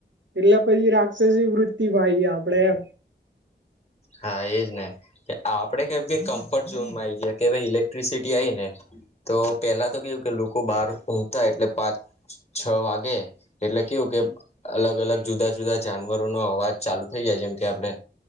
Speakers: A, on the right (about 80°); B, on the left (about 35°).
A: એટલે પછી રાક્ષસી વૃતિ માં આઈએ આપડે એમ.
B: હા એ જ ને. આપડે કેમ કે કમ્ફર્ટઝોનમાં આવી ગયા કે ભાઈ ઇલેક્ટ્રિસિટી આવી ને તો પેલા તો કેવું કે લોકો બાર ઊંઘતા એટલે પાંચ છ વાગે એટલે કેવું કે અલગ અલગ જુદા જુદા જાનવરો નો અવાજ ચાલુ થઇ જાય જેમ કે આપડણે